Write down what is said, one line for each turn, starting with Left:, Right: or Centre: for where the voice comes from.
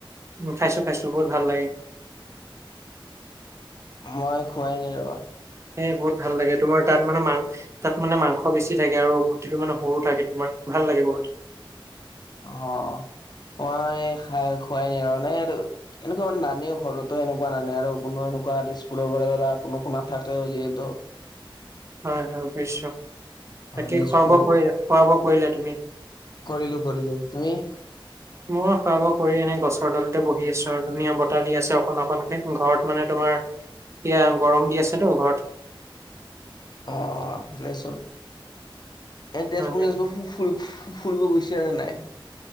Right: উ খাইছো খাইছো বহুত ভাল লাগে।
Left: মই খোৱাই নাই ৰবা।
Right: সেই বহুত ভাল লাগে তোমাৰ তাত মানে মাং তাত মানে মাংস বেছি থাকে আৰু গুটিটো মানে সৰু থাকে তোমাৰ ভাল লাগে বহুত।
Left: অ মই খাই খোৱাই নাই আৰু মানে এইটো এনেকুৱা মানে নানেও ঘৰতো এনেকুৱা নানে আৰু কোনো এনেকুৱা স্কুলৰ পৰা ধৰা কোনো নাথাকেও যিহেতু
Right: হয় হয় বুইছো বাকী
Left: তেজপুৰত
Right: খোৱা বোৱা, খোৱা বোৱা কৰিলে তুমি?
Left: কৰিলো কৰিলো। তুমি?
Right: <unintelligible> মই খোৱা বোৱা কৰি এনে গছৰ তলতে বহি আছো আৰু ধুনীয়া বতাহ দি আছে অকণ অকনকে ঘৰত মানে তোমাৰ এতিয়া গৰম দি আছে টো ঘৰত।
Left: অ', ভালেই চোন, এনে তেজপুৰ
Right: হয়,
Left: চেজপুৰ ফুৰি ফুৰিব গৈছা নে নাই?